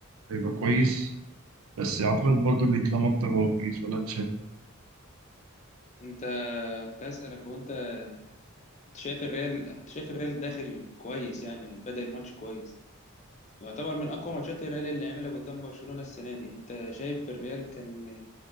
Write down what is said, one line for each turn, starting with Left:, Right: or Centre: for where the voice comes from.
Right: هيبقى كويس بس اعتقد برضو اللي يتلم اكتر هو بريز ولا انت شايف
Left: انت كنت عايز اسالك هو انت كنت شايف الريال كنت شايف الريال داخل كويس يعني بدأ الماتش كويس ويعتبر من اقوى ماتشات الريال اللي عملها قدام برشلونة السنة دي انت شايف الريال كان